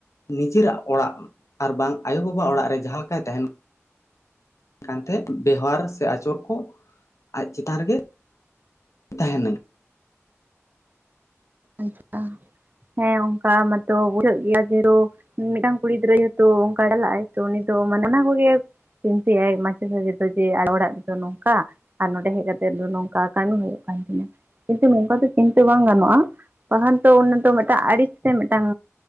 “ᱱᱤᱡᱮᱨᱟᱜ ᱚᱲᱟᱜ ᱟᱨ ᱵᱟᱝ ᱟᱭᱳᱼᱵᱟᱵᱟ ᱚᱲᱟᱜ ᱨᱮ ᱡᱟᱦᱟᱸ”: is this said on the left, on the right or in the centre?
Left